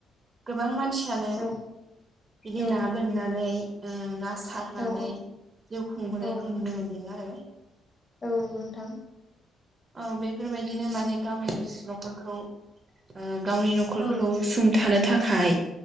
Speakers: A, on the right; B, on the left.
A: गोबां मानसियानो
B: औ
A: बिदि
B: औ
A: ना गोन होनानै ना सारनानै
B: औ
A: जिउ खुंबोनायखौ
B: औ
A: नुनो मोन्दों आरो
B: औ नंगौ नोंथां।
A: औ बेफोरबायदिनो माने गावनि न'खरखौ ओ गावनि न'खरखौ
B: औ
A: सुंथानो थाखाय